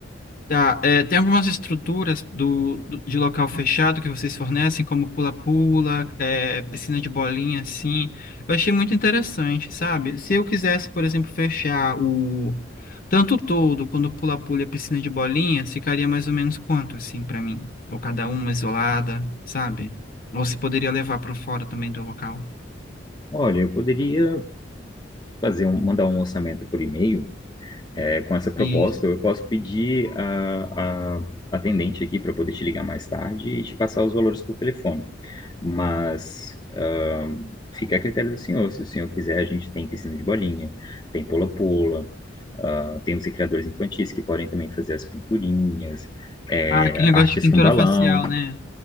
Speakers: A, on the left; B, on the left.
A: Tá, é, tem algumas estruturas do, do- de local fechado que vocês fornecem, como pula-pula, é, piscina de bolinha, assim. Eu achei muito interessante, sabe? Se eu quisesse, por exemplo, fechar o tanto todo, quando pula-pula e piscina de bolinha, ficaria mais ou menos quanto, assim, para mim? Ou cada uma isolada, sabe? Ou se poderia levar para fora também do local.
B: Olha, eu poderia fazer um, mandar um orçamento por e-mail, é, com essa proposta,
A: Isso.
B: eu posso pedir a, a atendente aqui para poder te ligar mais tarde e te passar os valores por telefone. Mas ah, fica a critério do senhor. Se o senhor quiser, a gente tem piscina de bolinha, tem pula-pula, ah, tem os recreadores infantis que podem também fazer as pinturinhas, é,
A: Ah, aquele negócio
B: artes
A: de pintura
B: com balão,
A: facial, né?